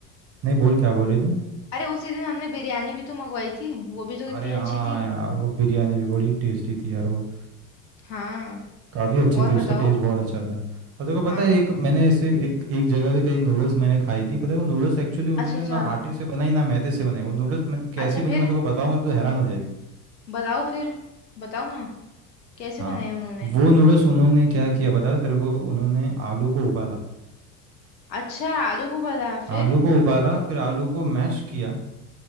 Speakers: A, on the right; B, on the left.
A: नहीं बोल क्या बोल रही तू
B: अरे उसी दिन हमने बिरयानी भी तो मंगवाई थी वो भी तो कितनी
A: अरे हाँ
B: अच्छी थी
A: यार वो बिरयानी भी बड़ी टेस्टी थी यार वो
B: हाँ
A: काफ़ी अच्छी
B: और
A: थी
B: बताओ
A: उसका टेस्ट बहुत अच्छा था और तुझे
B: हाँ
A: पता है एक मैंने ऐसे एक एक जगह पे कई नूडल्स मैंने खाई थी पता है वो नूडल्स एक्चुअली उन्होंने
B: अच्छा अच्छा
A: ना आटे से बनाई ना मैदे से बनाई वो नूडल्स मैं कैसी
B: अच्छा
A: बनी
B: फिर
A: मैं तेको बताऊंगा तो हैरान हो जाएगी
B: बताओ फिर बताओ ना कैसे
A: हाँ
B: बनाए उन्होंने
A: वो नूडल्स उन्होंने क्या किया पता है तेरे को उन्होंने आलू को उबाला
B: अच्छा आलू को उबाला फिर
A: आलू को उबाला फिर आलू को मैश किया